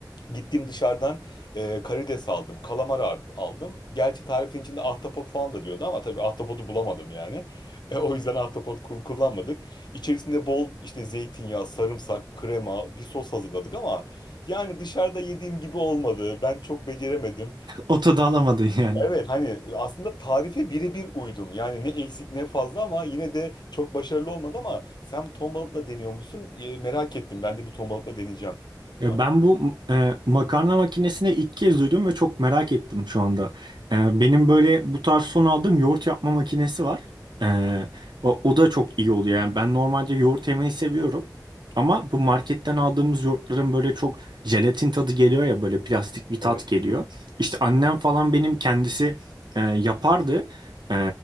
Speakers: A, on the left; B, on the right.
A: Gittim dışarıdan e, karides aldım, kalamar ar- aldım. Gerçi tarifin içinde ahtapot falan da diyordu ama tabii ahtapotu bulamadım yani. E, o yüzden ahtapot kul- kullanmadık. İçerisinde bol işte zeytinyağı, sarımsak, krema, bir sos hazırladık ama yani dışarıda yediğim gibi olmadı. Ben çok beceremedim.
B: O tadı alamadın yani.
A: Evet hani aslında tarife birebir uydum. Yani ne eksik ne fazla ama yine de çok başarılı olmadı ama sen ton balıkla deniyormuşsun. Ee, merak ettim. Ben de bir ton balıkla deneyeceğim.
B: Ya
A: Bak.
B: ben bu e, makarna makinesini ilk kez duydum ve çok merak ettim şu anda. E, benim böyle bu tarz son aldığım yoğurt yapma makinesi var. E,
A: Hı,
B: o, o da çok iyi oluyor. Yani ben normalde yoğurt yemeyi seviyorum. Ama bu marketten aldığımız yoğurtların böyle çok jelatin tadı geliyor ya böyle plastik bir
A: Evet.
B: tat geliyor. İşte annem falan benim kendisi e, yapardı. E,